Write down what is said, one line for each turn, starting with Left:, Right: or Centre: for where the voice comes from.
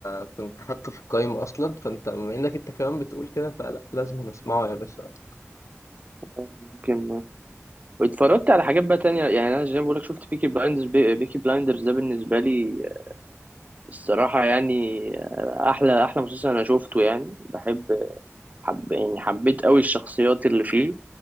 Left: كنت حاطه في القايمه اصلا فانت بما انك انت كمان بتقول كده فلا لازم نسمعه يا باشا
Right: ممكن واتفرجت على حاجات بقى تانية يعني انا زي ما بقولك شفت بيكي بلايندرز بي... بيكي بلايندرز ده بالنسبة لي الصراحة يعني آه، احلى احلى مسلسل انا شفته يعني بحب حب... يعني حبيت قوي الشخصيات اللي فيه